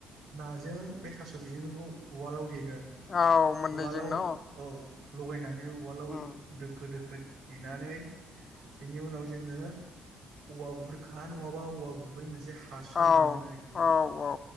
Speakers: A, on the right (about 75°); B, on the left (about 30°).
A: नाजों बे थास बिजोंजोंखौ उवालाव देगोन।
B: औ मोननैजों
A: उवालाव
B: न'
A: औ लगायनानै उवालाव
B: औ
A: दोखो-दोखो। देनानै बिनि उनाव जोंङो औवा बुरखा नंङाबा औवा गुबै मोनसे हासं
B: औ
A: दानगोन आरोखि
B: औ